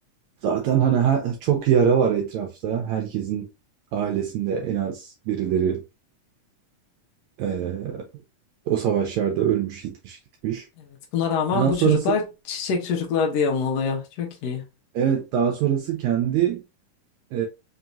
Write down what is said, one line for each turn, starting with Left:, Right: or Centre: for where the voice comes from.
Right: Zaten hani her- çok yara var etrafta. Herkesin ailesinde en az birileri e, o savaşlarda ölmüş, gitmiş, gitmiş.
Left: Evet, buna rağmen
Right: Daha
Left: bu
Right: sonrası
Left: çocuklar çiçek çocuklar diye anılıyor. Çok iyi.
Right: evet daha sonrası kendi e,